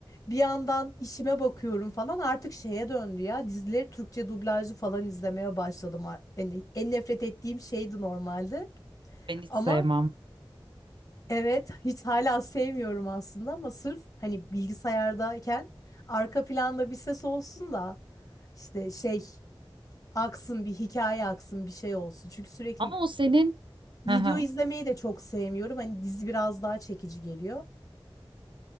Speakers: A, on the left (about 35°); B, on the right (about 60°).
A: Bir yandan işime bakıyorum falan artık şeye döndü ya. Dizileri Türkçe dublajlı falan izlemeye başladım. Yani en nefret ettiğim şeydi normalde.
B: Ben hiç
A: Ama
B: sevmem.
A: Evet, hiç hala sevmiyorum aslında ama sırf hani bilgisayardayken arka planda bir ses olsun da işte şey aksın bir hikaye aksın bir şey olsun. Çünkü sürekli
B: Ama o senin,
A: video
B: hı hı,
A: izlemeyi de çok sevmiyorum. Hani dizi biraz daha çekici geliyor.